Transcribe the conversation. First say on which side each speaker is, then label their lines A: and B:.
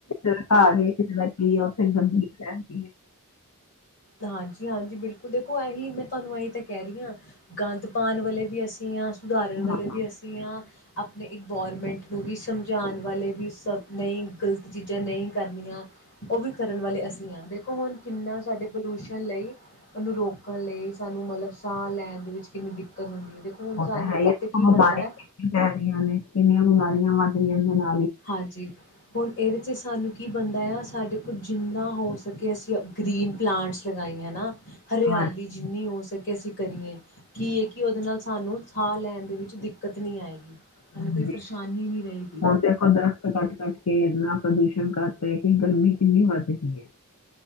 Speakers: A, on the left; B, on the left.
A: ਘਰ, ਕਿਸੇ ਦਾ ਕੀ ਆ, ਉੱਥੇ ਗੰਦਗੀ ਹ <inaudible>
B: ਹਾਂਜੀ -ਹਾਂਜੀ ਬਿਲਕੁਲ ਦੇਖੋ, ਇਹੀ ਮੈਂ ਤੁਹਾਨੂੰ ਇਹੀ ਤਾਂ ਕਹਿ ਰਹੀ ਹਾਂ ਗੰਦ ਪਾਉਣ ਵਾਲੇ ਵੀ ਅਸੀਂ ਹ ਉਦਾਹਰਣ ਵੇਲੇ
A: ਹਾਂ
B: ਵੀ ਅਸੀਂ, ਆਂ- ਆਪਣੇ ਇਨਵਾਰਮੈਂਟ ਨੂੰ ਵੀ ਸਮਝਾਉਣ ਵਾਲੇ ਵੀ ਸ ਨਹੀਂ ਗ਼ਲਤ ਚੀਜ਼ਾਂ ਨਹੀਂ ਕਰਨੀਆਂ, ਉਹ ਵੀ ਕਰਨ ਵਾਲੇ ਅਸੀਂ ਹਾਂ, ਦੇਖੋੁਣ ਕਿੰਨਾ ਸਾਡੇ ਪੋਲਿਊਸ਼ਨ ਲਈ ਉਹਨੂੰ ਰੋਕਣ ਲਈ, ਸਾਨੂੰ ਮਤਲਬ ਸਾਹ ਲੈਣ ਦੇ ਵਿੱਚ ਕਿੰਨੀ ਦਿੱਕਤ ਹੁੰਦੀ ਹੈ। ਦੇਖੋ ਹੁਣ
A: ਉਹ
B: ਸਾਨੂੰ
A: ਤਾਂ ਹੈ
B: ਇੱਥੇ ਕੀ
A: ਬ
B: ਬਣਦਾ
A: ਬਾਰੀਆਂ
B: ਹੈ
A: ਕਿੰਆਂ ਪੈ ਰਹੀਆਂ ਨੇ ਕਿੰਨੀਆਂ ਬੁਮਾਰੀਆਂ <inaudible> ਮਤ <inaudible>
B: ਹਾਂਜੀ। ਹੁਣ ਇਹਦੇ 'ਚ ਸਾਨੂੰ ਕੀ ਬਣਦਾ ਆ, ਸਾਡੇ ਕੋਲ ਜਿੰਨਾ ਹੋ ਸਕੇ ਅਸੀਂ ਗ੍ਰਰੀਨ ਪਲਾਂਟਸ ਲਗਾਏ ਹੈ ਨਾ। ਹਰਿਆਲੀ
A: ਹਾਂਜੀ
B: ਜਿੰਨੀ ਹੋ ਸਕੇ। ਕਿ ਅਸੀਂ ਕਰੀਏ, ਕੀ ਹੈ ਕਿ ਉਹਦੇ ਨਾਲ ਸਾਨੂੰ ਸਾਹ ਲੈਣ ਦੇ ਵਿੱਚ ਦਿੱਕਤ ਨਹੀਂ ਆਏਗੀ। ਸਾਨੂੰ
A: ਹਾਂਜੀ
B: ਕੋਈ ਪਰੇਸ਼ਾਨੀ ਨਹੀਂ ਰਹੀਗੀ,।
A: ਹੁਣ ਦੇਖੋ ਦਰਖਤ ਕੱਟ- ਕੱਟ ਕੇ ਇੰਨਾ ਪ੍ਰਦੂਸ਼ਣ ਕਰ ਪਿਆ, ਕਿ ਗਰਮੀ ਕਿੰਨੀ ਵੱਧ ਗਈ ਹੈ।